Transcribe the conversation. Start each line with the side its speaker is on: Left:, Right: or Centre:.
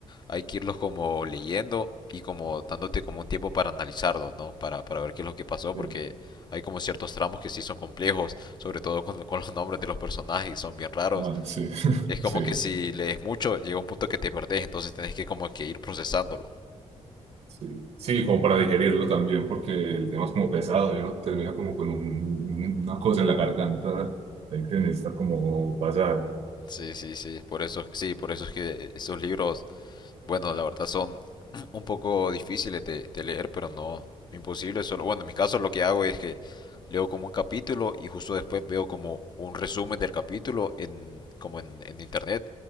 Left: hay que irlos como leyendo y como dándote como un tiempo para analizarlos, ¿no? Para, para ver qué es lo que pasó,
Right: Sí.
Left: porque hay como ciertos tramos que sí son complejos, sobre todo con, con los nombres de los personajes, que son bien raros.
Right: Ah, sí, <laughs>
Left: Es como
Right: sí.
Left: que si lees mucho, llega un punto que te perdés, entonces tenés que como que ir procesándolo.
Right: Sí, sí, como para digerirlo también, porque el tema es como pesado, ¿no? Termina como con un- una cosa en la garganta, ahí que necesita como pasar.
Left: Sí, sí, sí, por eso, sí, por eso es que esos libros Bueno, la verdad son un poco difíciles de, de leer, pero no imposible. Solo, bueno, en mi caso lo que hago es que leo como un capítulo y justo después veo como un resumen del capítulo en, como en, en internet